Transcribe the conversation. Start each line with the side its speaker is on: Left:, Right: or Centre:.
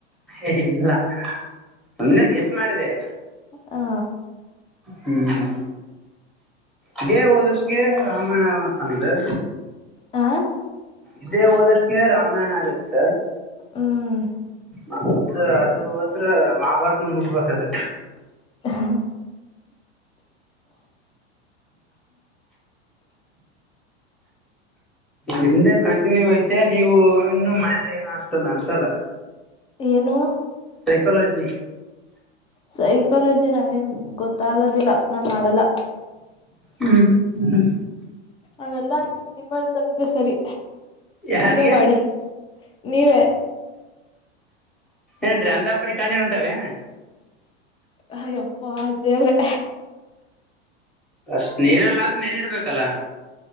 Centre: ಏ ಇಲ್ಲ ಸುಮ್ಮ್ನೆ ಗೆಸ್ ಮಾಡಿದೆ
Left: ಹಾ.
Centre: ಹ್ಮ್ ಇದೇ ಓದಷ್ಟಿಗೆ ರಾಮಾಯಣ ಆತದನಂದು.
Left: ಹಾ.
Centre: ಇದೇ ಓದಷ್ಟಕ್ಕೆ ರಾಮಾಯಣ ಆಗತ್ತ.
Left: ಹ್ಮ್
Centre: ಮತ್ತೆ ಅದು ಓದ್ರೆ ಮಹಾಭಾರತನೆ ಮುಗಬೇಕಾಗತ್ತೆ.
Left: ಹಾ
Centre: ನಿಮ್ದೇ ಕಂಟಿನ್ಯೂ ಐತೆ ನೀವು ಇನ್ನೂ ಮಾಡಿದ್ರೆ ಏನೋ ಅಷ್ಟೊಂದು ಅನ್ಸಲ್ಲ.
Left: ಏನು
Centre: ಸೈಕೊಲಜಿ
Left: ಸೈಕಾಲಜಿ ನನಗ್ ಗೊತ್ತಾಗೋದಿಲ್ಲ ನಾ ಮಾಡಲ್ಲ.
Centre: ಹ್ಮ್ ಹ್ಮ್
Left: ಅವೆಲ್ಲ ನಿಮ್ಮಂತಾವರಿಗೆ ಸರಿ
Centre: ಯಾರಿಗೆ
Left: ನೀವೇ ಮಾಡಿ ನೀವೇ
Centre: ಏನ್ರೀ ಅಂತಪರಿ ಕಣ್ಣೀರು ಒಂಟೆವೆನೂ.
Left: ಅಯ್ಯಪ್ಪ ದೇವ್ರೆ
Centre: ಅಷ್ಟ್ ನೀರೆಲ್ಲ ಆದ್ರೂ ನೆನ್ ಇಡ್ಬೇಕಲ್ಲ.